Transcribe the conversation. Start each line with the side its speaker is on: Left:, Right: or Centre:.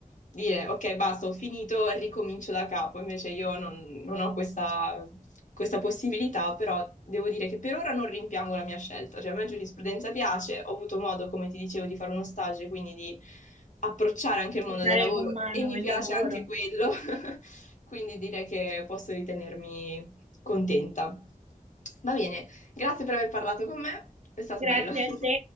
Left: dire ok, basta, ho finito, ricomincio da capo. Invece io non, non ho questa, questa possibilità, però devo dire che per ora non rimpiango la mia scelta. Cioè, a me giurisprudenza piace, ho avuto modo, come ti dicevo, di fare uno stage, quindi di approcciare anche il
Right: toccare
Left: mondo del lavoro
Right: con mano
Left: e mi
Right: il
Left: piace
Right: lavoro.
Left: anche quello. <laughs> Quindi direi che posso ritenermi contenta. Va bene, grazie per aver parlato con me, è stato
Right: Grazie
Left: bello. <laughs>
Right: a te.